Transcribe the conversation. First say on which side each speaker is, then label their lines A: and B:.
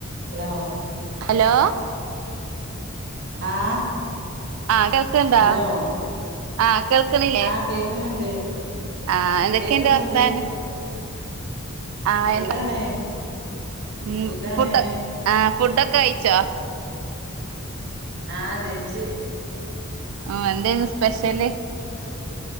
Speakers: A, on the right; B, on the right.
A: Hello
B: hello
A: ആഹ്
B: ആഹ് കേൾക്കണുണ്ടോ
A: ഹലോ
B: ആഹ് കേൾക്കുന്നില്ലേ
A: ആഹ് കേക്കുന്നുണ്ട്
B: ആഹ് എന്തൊക്കെയുണ്ട്
A: കേക്കുന്നുണ്ട്
B: വർത്താനം ആഹ്
A: സുഖാണ്
B: ഉം
A: സുഖാണ്
B: ഫുഡ് ആഹ് ഫുഡൊക്കെ കഴിച്ചോ
A: ആഹ് കഴിച്ച്
B: ആഹ് എന്തേന്ന് സ്പെഷ്യല്